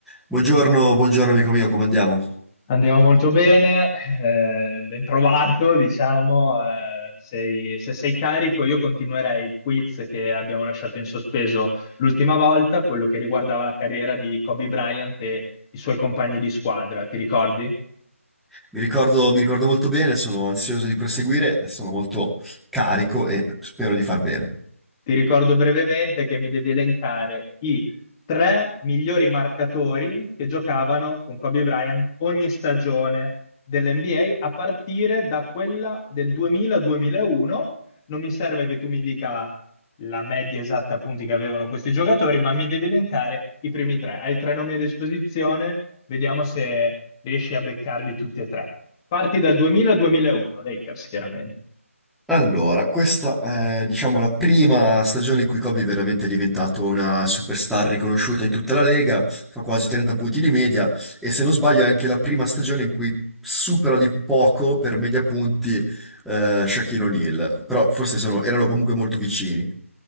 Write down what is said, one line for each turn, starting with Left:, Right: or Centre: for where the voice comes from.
Centre: Buongiorno, buongiorno amico mio, come andiamo?
Left: Andiamo molto bene, eh, ben trovato, diciamo, eh, sei- se sei carico io continuerei il quiz che abbiamo lasciato in sospeso l'ultima volta, quello che riguardava la carriera di Kobe Bryant e i suoi compagni di squadra, ti ricordi?
Centre: Mi ricordo, mi ricordo molto bene, sono ansioso di proseguire, sono molto carico e spero di far bene.
Left: Ti ricordo brevemente che mi devi elencare i tre migliori marcatori che giocavano con Kobe Bryant ogni stagione dell'NBA a a partire da quella del 2000-2001. Non mi serve che tu mi dica la media esatta punti che avevano questi giocatori, ma mi devi elencare i primi tre. Hai tre nomi a disposizione, vediamo se riesci a beccarli tutti e tre. Parti dal 2000-2001, Lakers chiaramente,
Centre: Allora, questa è, diciamo, la prima stagione in cui Kobe è veramente diventato una superstar riconosciuta in tutta la Lega, fa quasi 30 punti di media e se non sbaglio è anche la prima stagione in cui supera di poco per media punti eh, Shaquille O'Neal, però forse sono- erano comunque molto vicini.